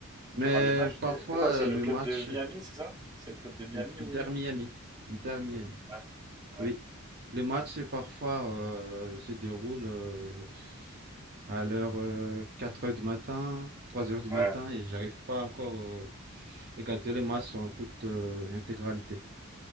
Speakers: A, on the right (about 45°); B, on the right (about 20°).
A: Mais
B: Tu regardes les matchs?
A: parfois,
B: C'est c'est quoi?
A: euh,
B: C'est le
A: le
B: club
A: match
B: de Miami, c'est ça? C'est le club de Miami
A: Inter
B: où il est?
A: Miami, Inter Miami.
B: Inter Miami Ouais. Ouais.
A: Oui, le match, c'est parfois euh, se déroule euh, à l'heure euh, 4 heures du matin, 3 heures du
B: Ouais.
A: matin, et j'arrive pas encore à regarder le match en toute euh, intégralité.